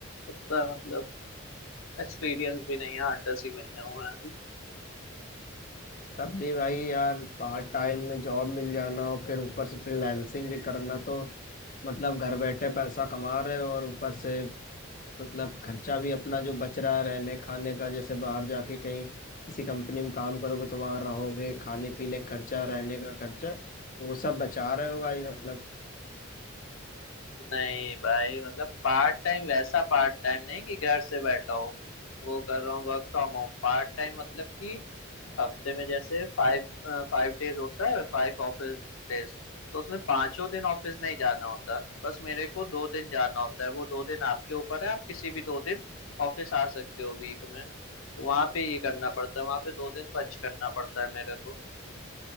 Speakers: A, on the left; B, on the left.
A: उतना मतलब एक्सपीरियंस भी नहीं है आठ दस ही महीने हुए हैं अभी
B: तब भी भाई यार पार्ट टाइम में जॉब मिल जाना और फिर ऊपर से फ्रीलांसिंग भी करना तो मतलब घर बैठे पैसा कमा रहे हो और ऊपर से मतलब खर्चा भी अपना जो बच रहा है रहने खाने का जैसे बाहर जाके कहीं किसी कंपनी में काम करोगे तो वहां रहोगे खाने पीने का खर्चा रहने का खर्चा तो वो सब बचा रहे हो भाई मतलब
A: नहीं भाई मतलब पार्ट टाइम वैसा पार्ट टाइम नहीं कि घर से बैठा हो वो कर रहा हूँ Work from home part time मतलब कि हफ्ते में जैसे फाइव फाइव डेज होता है फाइव ऑफिस डेज तो उसमें पांचों दिन ऑफिस नहीं जाना होता बस मेरे को दो दिन जाना होता है वो दो दिन आपके ऊपर है आप किसी भी दो दिन ऑफिस आ सकते हो वीक में तो वहां पे ये करना पड़ता है वहां पे दो दिन पंच करना पड़ता है मेरे